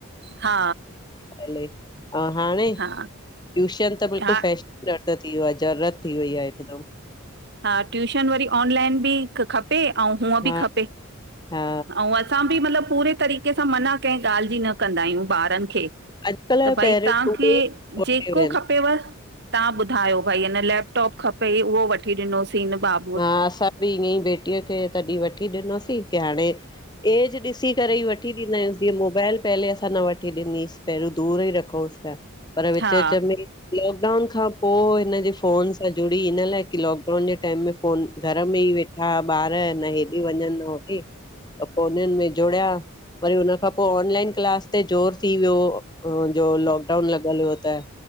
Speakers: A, on the right; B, on the left.
A: हा
B: हले ऐं हाणे,
A: हा
B: टूशन त बिल्कुलु
A: हा
B: फैशन <unintelligible> थी वियो आहे, ज़रूरत थी वई आहे हिकदमि
A: हा ट्यूशन वरी ऑनलाइन बि त खपे, अऊ हूअं बि
B: हा
A: खपे,
B: हा
A: अऊ असां बि मतिलबु पूरे तरी कि असां मना कहिं ॻाल्हि जी न कंदा आहियूं ॿारन खे।
B: अॼुकल्ह
A: त भई
B: पेरेंट्स
A: तव्हांखे
B: उहे ई मोटिव
A: जेको
B: आहिनि
A: खपेव, तव्हां ॿुधायो। भई हिन लैपटॉप खपई, उहो वठी ॾिनोसींन बार
B: हा असां बि ईअं ई बेटीअ खे तॾहिं वठी ॾिनोसीं, की हाणे एज ॾिसी करे ई वठी ॾींदा आहिनि, जीअं मोबाइल पहले असां न वठी ॾिनीसि, पहिरियों दूर ई रखूंसि पिया, पर विच-विच
A: हा
B: में लॉकडाउन खां पोय हिन जे फ़ोनु सज्जो ॾींह, हिन लाइ की लॉकडाउन जे टाइम ‌में फोन घर में ई वेठा ॿारु, न हेॾे वञनि होॾै अ फ़ोनुनि में जुड़िया वरी हुन खां पो ऑनलाइन क्लास ते जोर थी वियो, हुनजो लॉकडाउन ल ॻल वताए